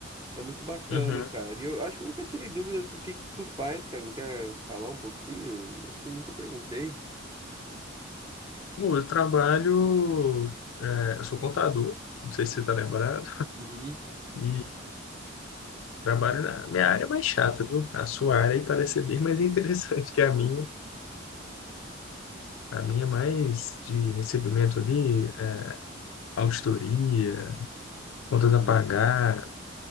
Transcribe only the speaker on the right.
É muito bacana,
cara. E eu acho que eu nunca tirei dúvida do que que tu faz, cara. Não quer falar um pouquinho? Acho que eu nunca perguntei.
Uhum,
uhum.